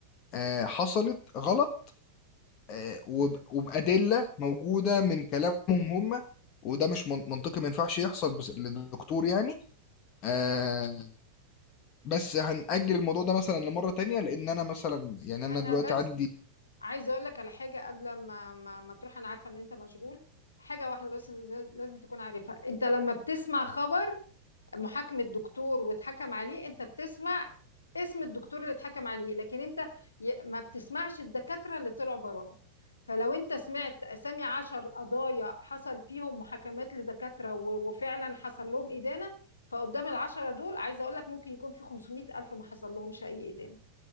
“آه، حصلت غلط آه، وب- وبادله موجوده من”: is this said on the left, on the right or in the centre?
Left